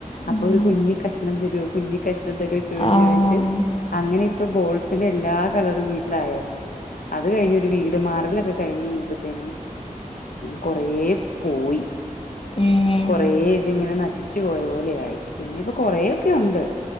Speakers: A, on the left; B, on the left.
A: ഉം
B: അപ്പൊ ഒരു കുഞ്ഞി കഷ്ണം തരോ കുഞ്ഞിക്കഷ്ണം തരു ചോദിച്ചു
A: ആഹ്
B: ചോദ്ച്ച് അങ്ങനെ ഇപ്പ ബോൾസിന്റെ എല്ലാ കളറും വീട്ടിലായായിരുന്നു അത് കഴിഞ്ഞൊ ഒരു വീട് മാറലൊക്കെ കഴിഞ്ഞ് കഴിഞ്ഞഴ് ഞ്ഞപ്പോത്തേനും കൊറേ പോയി
A: ഏഹ്
B: കൊറേ ഇതിങ്ങനെ നശിച്ചു പോയ പോലെ ആയി പിന്നെ ഇപ്പൊ കൊറേ ഒക്കെ ഉണ്ട്